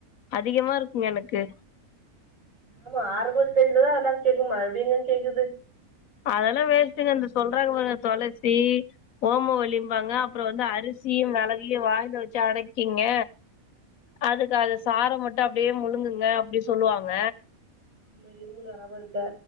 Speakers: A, on the left; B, on the right.
A: அதிகமா இருக்குங்க எனக்கு
B: ஆமா ஆரம்படேஜ்லதா அதெல்லா கேக்கு மறுபடி எங்க கேக்குது
A: அதெல்லா வேஸ்டுங்க அந்த சொல்றாங்பாருங்க தொளசி ஓமவள்ளிம்பாங்க அப்பற வந்து அரிசியு மெளகயு வாயில வச்சு அடைக்கிங்க அதுக்கு அது சார மட்டு அப்டியே முழுங்குங்க அப்டி சொல்லுவாங்க
B: ஆமா இருமல் வராம இருக்க